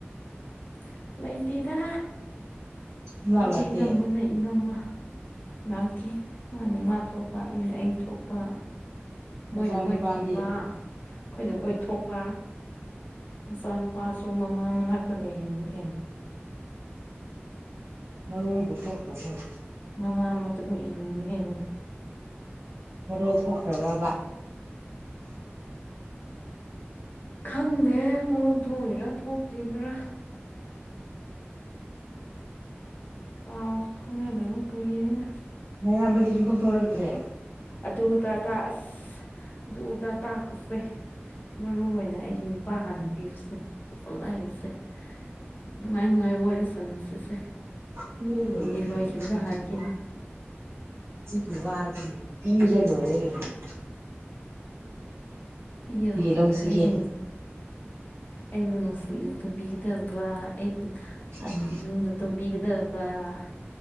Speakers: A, on the left; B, on the right.
A: ꯍ ꯂꯩꯇꯦꯗ
B: ꯁꯨꯡꯂꯥꯛ
A: ꯑꯩꯅ
B: ꯂꯥꯛꯇꯦ
A: ꯏꯅꯝꯃꯅ ꯏꯅꯝꯃ ꯂꯥꯛꯇꯦ ꯃꯥꯅ ꯃꯥ ꯊꯣꯛꯄ ꯑꯩꯅ ꯑꯩ ꯊꯣꯛꯄ
B: ꯃꯆꯥꯅꯨꯄꯥꯗꯤ
A: ꯃꯣꯏꯅ ꯃꯣꯏ ꯊꯣꯛꯄ ꯑꯈꯣꯏꯅ ꯈꫭꯏ ꯊꯣꯛꯄ ꯃꯆꯥꯅꯨꯄꯥꯁꯨ ꯃꯃꯥ ꯃꯅꯥꯛꯇ ꯂꯩꯔꯅꯤ ꯀꯩꯅ
B: ꯃꯔꫭꯜꯒ ꯊꫭꯛꯇꯕ꯭ꯔꫭ
A: ꯃꯃꯥ ꯃꯇꯨꯡ ꯏꯜꯂꯤꯅꯤ ꯀꯩꯅꫭ
B: ꯃꯔꯣꯜ ꯊꯣꯛꯈ꯭ꯔꯕꯥꯕ
A: ꯈꯪꯗꯦ ꯃꯔꯣꯟ ꯊꯣꯛꯏꯔꯥ ꯊꯣꯛꯇꯔꯤꯕ꯭ꯔꯥ ꯄꯥꯎꯁꯨ ꯐꯥꯎꯅꯗꯕ ꯀꯨꯏꯔꯦꯅꯦ
B: ꯅꯌꯥꯝꯕꯗꯤ ꯁꯨꯡꯊꫭꯛ ꯊꫭꯔꯛꯇ꯭ꯔꯦ
A: ꯑꯗꯨꯗ ꯇ ꯑꯁ ꯑꯗꯨꯗ ꯇꯥꯛꯄꯁꯦ ꯃꯔꯨ ꯑꯣꯏꯅ ꯑꯩꯒꯤ ꯅꯨꯄꯥ ꯍꯥꯟꯅ ꯄꯤꯌꯨꯁꯦ ꯇꯣꯞꯄ ꯂꯥꯏꯔꯤꯁꯦ ꯅꯨꯡꯉꯥꯏ ꯅꯨꯡꯉꯥꯏꯕ ꯋꯥꯔꯤ ꯁꯥꯟꯅꯁꯤꯁꯦ
B: ꯄꯤꯔ ꯂꫭꯏꯔꯦ
A: ꯃꯤꯅꯤꯠ
B: ꯀꯩꯅꫭꯅꯦ
A: ꯂꯣꯏꯈꯤꯕꯅ
B: ꯗꯨꯒꯤ
A: ꯍꯥꯟꯈꯤꯅꯤ
B: ꯋꯥ ꯖꯤꯒꯤ ꯋꯥꯗꯨꯕꯨ ꯄꯤꯔꯒ ꯂꯣꯏꯔꯦ ꯀꯩꯅꫭ
A: ꯄꯤꯌꫭ
B: ꯂꯧꯁꯤꯒꯦ
A: ꯑꯩꯕꯨ ꯅꯨ ꯑꯩꯕꯨ ꯅꯨꯡꯁꯤꯅ ꯇꯨꯕꯤꯒꯗꯕ ꯑꯩꯕꯨ ꯍ
B: ꯎꯝ
A: ꯂꯨꯅ ꯇꯧꯕꯤꯒꯗꯕ ꯀ